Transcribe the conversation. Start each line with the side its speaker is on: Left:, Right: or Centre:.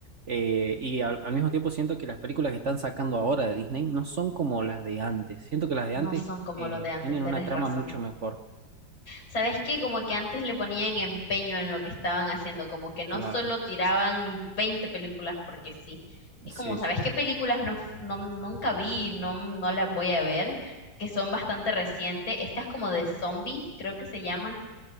Right: Eh, y al, al mismo tiempo siento que las películas que están sacando ahora de Disney no son como las de antes. Siento que las de
Left: No
Right: antes
Left: son como
Right: eh,
Left: los de antes,
Right: tienen
Left: tenés
Right: una trama
Left: razón.
Right: mucho mejor.
Left: ¿Sabes qué? Como que antes le ponían empeño en lo que estaban haciendo, como que no
Right: Claro.
Left: solo tiraban 20 películas porque sí. Es
Right: Sí,
Left: como, ¿sabes
Right: sí, sí.
Left: qué películas no, no- nunca vi, no, no las voy a ver, que son bastante recientes? Estas como de zombie, creo que se llaman.